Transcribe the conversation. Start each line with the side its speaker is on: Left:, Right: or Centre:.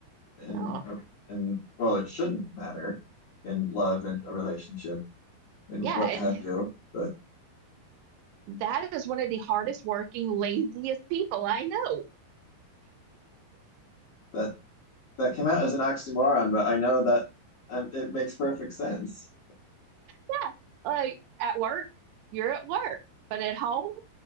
Left: in,
Right: Oh,
Left: a- in, well, it shouldn't matter in love and a relationship and
Right: Yeah,
Left: what
Right: and
Left: have you, but
Right: that is one of the hardest working, laziest people I know.
Left: that that came out as an oxymoron, but I know that um, it makes perfect sense.
Right: Yeah, like at work, you're at work, but at home,